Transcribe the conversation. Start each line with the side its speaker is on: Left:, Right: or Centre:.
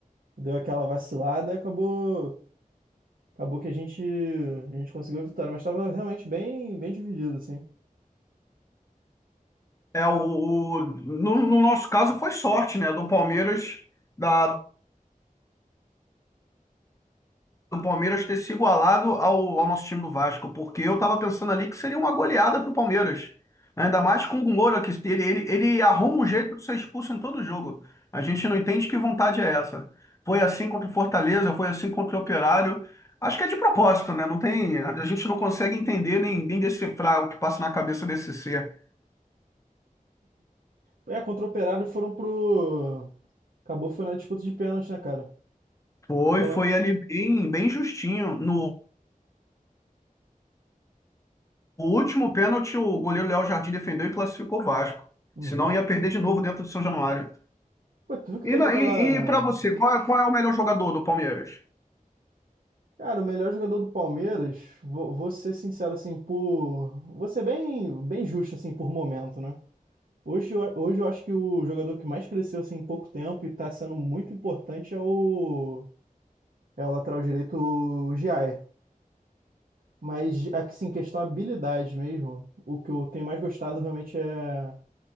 Right: Deu aquela vacilada e acabou, acabou que a gente, a gente conseguiu a vitória, mas tava realmente bem, bem dividido assim.
Left: É, o, o- no, no nosso caso foi sorte, né? Do Palmeiras, da, do Palmeiras ter se igualado ao, ao nosso time do Vasco, porque eu tava pensando ali que seria uma goleada pro Palmeiras. né? Ainda mais com o Moura, que ele, ele, ele arruma um jeito de ser expulso em todo jogo. A gente não entende que vontade é essa. Foi assim contra o Fortaleza, foi assim contra o Operário. Acho que é de propósito, né? Não tem, a gente não consegue entender nem, nem decifrar o que passa na cabeça desse ser.
Right: É, contra o Operário foram pro acabou foi na disputa de pênalti, né, cara?
Left: Foi,
Right: Como
Left: foi
Right: é?
Left: ali bem, bem justinho. No último pênalti, o goleiro Léo Jardim defendeu e classificou o Vasco.
Right: Uhum.
Left: Senão ia perder de novo dentro do São Januário.
Right: Pô, tu viu que
Left: E,
Right: teve
Left: na-
Right: aquela
Left: e, e para você, qual, é- qual é o melhor jogador do Palmeiras?
Right: Cara, o melhor jogador do Palmeiras, vou, vou ser sincero assim, por vou ser bem, bem justo assim por momento, né? Hoje, eu- hoje eu acho que o jogador que mais cresceu assim, em pouco tempo e está sendo muito importante é o, é o lateral direito o Giai. Mas assim, questão habilidade mesmo, o que eu tenho mais gostado realmente é,